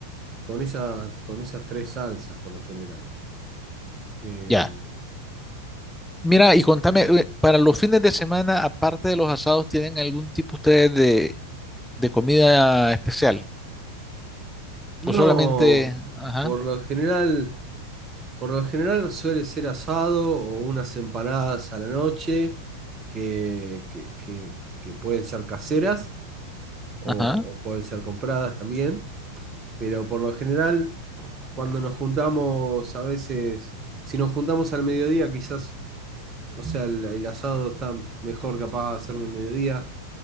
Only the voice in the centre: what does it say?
Ya. Mira, y contame, eh, para los fines de semana, aparte de los asados, ¿tienen algún tipo ustedes de, de comida especial?
O solamente, ajá,
ajá.